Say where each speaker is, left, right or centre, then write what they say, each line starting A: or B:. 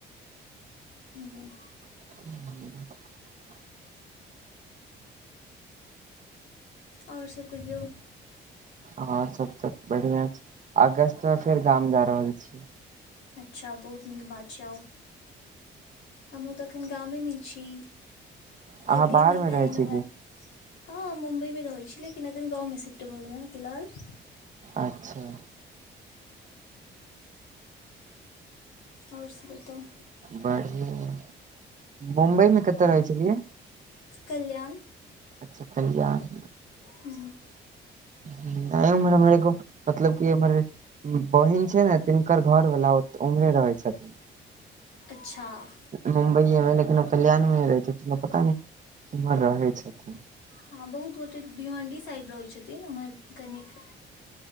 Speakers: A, on the left; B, on the right.
A: हम्म,
B: <unintelligible>
A: और सभ कहियौ।
B: और सभ तऽ बढ़िया छै अगस्त मे फेर गाम जा रहल छी
A: अच्छा बहुत नीक बात छै आउ हमहु तऽ अखन कामी मिछी
B: अहाँ
A: अगले
B: बाहर
A: महीना
B: मे रहै
A: एनोमाय
B: छी की
A: हा, मुम्बइ मे रहैत छी लेकिन, एखन गाव मे शिफ्ट भऽ गेलह फिलहाल।
B: अच्छा।
A: ओर सभ बताओ।
B: बहिन, मुम्बई मे कते रहै छलियै।
A: कल्याण
B: अच्छह कल्यान
A: हुँ
B: नहि उम्हर हमर एगो मतलब की हमर बहिन छै नऽ तिनकर घर वाला ओ उम्हरे रहै छथिन
A: अच्छह
B: मुम्बइए मऽ लेकिन ओ कल्याण मे रहै छथिन पता नय किम्हर रहै छथिन
A: हँ बहुत गोटे भीमण्डी साइड रहै छथिन ओम्हर कनिक